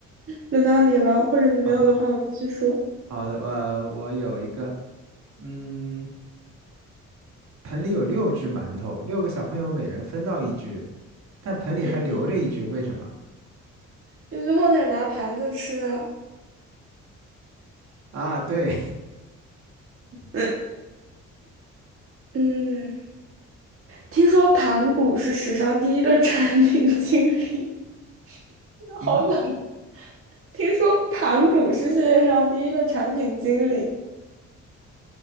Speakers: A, on the right; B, on the right.
A: 轮到你了，或者你没有的话，
B: 好的
A: 我继续说。
B: 好的，我我有一个，嗯，盆里有六只馒头，六个小朋友每人分到一只，但盆里还留着一只，
A: 嗯，
B: 为什么？
A: 因为最后那个拿盘子吃啊。
B: 啊，对，
A: 嗯。嗯听说盘古是史上第一个 <laughs> 产品经理，<laughs>
B: <laughs> 嗯，
A: 好冷。
B: 是，
A: <laughs> 听说盘古是世界上第一个产品经理，